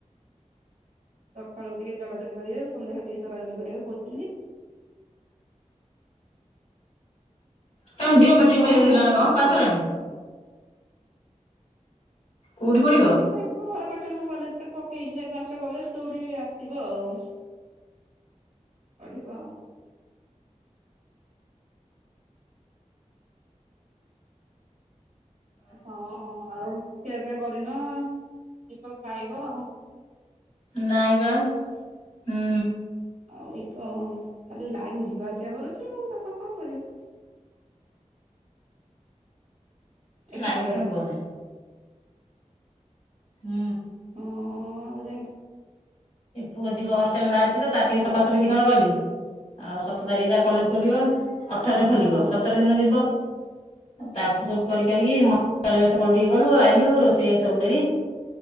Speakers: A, on the right (about 85°); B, on the left (about 60°).
A: ସକାଳୁ ଉଠିକି ଚଲାଚଲି କରିବାକୁ ସନ୍ଧ୍ୟାବେଳେ ଟିକେ ଚଲାଚଲି କରିବାକୁ କହିଛନ୍ତି।
B: ତାଙ୍କ ଝିଅ ମେଟ୍ରିକ
A: ହଁ
B: ପରୀକ୍ଷା ଦେଇଥିଲା
A: ହଁ
B: ନା କଣ, ପାସ୍
A: କରିଛି।
B: ହେଲାଣି? କୋଉଠି ପଢିବ?
A: ଏଇ ତାଙ୍କ ଘର ପାଖରେ କୋଉ କଲେଜ ଟା ପକେଇଚି ଚାରି ପାଞ୍ଚଟା କଲେଜ ଯୋଉଠି ଆସିବ ଆଉ। ପଢ଼ିବ ଆଉ। ହଁ ଆଉ ଖିଆ ପିଆ କରିନ। ଯିବ ଖାଇବ ଆଉ।
B: ନାଇଁ ବା ହୁଁ।
A: ଆଉ ଇଏ ତ ଖାଲି ଲାଇନ୍ ଯିବା ଆସିବା କରୁଚି ଆଉ ତାପରେ କଣ କରିବ?
B: ସେ
A: ଏବେ
B: ଲାଇନ
A: ପଳେଇଲା।
B: କଥା କୁହନା। ହୁଁ।
A: ହଁ ଆଉ ଯାଇ
B: ଏ ପୁଅ ଯିବ ହଷ୍ଟେଲ ବାହାରିଚି ତ ତାର ଟିକେ
A: ଆଜ୍ଞା
B: ସଫାସଫି ରି କଣ କଲି ଆଉ ସତ ତାରିଖ ରେ ତା କଲେଜ ଖୋଲିବ ଅଠର ରେ ଖୋଲିବ।
A: ହଁ
B: ସତର ଦିନ ଯିବ। ତାକୁ ସବୁ କରିିକାରିକି ମ ସକାଳୁ ଟିକେ ଗଲୁ ଆଇଲୁ ରୋଷେଇ ବାସ ସବୁ ଡେରି।